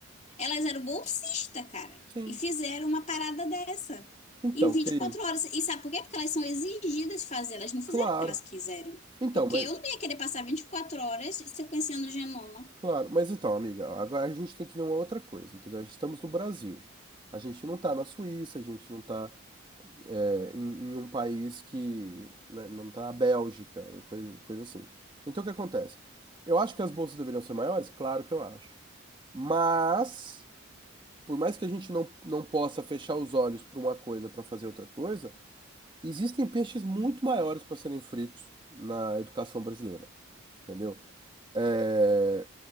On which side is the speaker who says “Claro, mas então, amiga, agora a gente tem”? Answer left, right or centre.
Right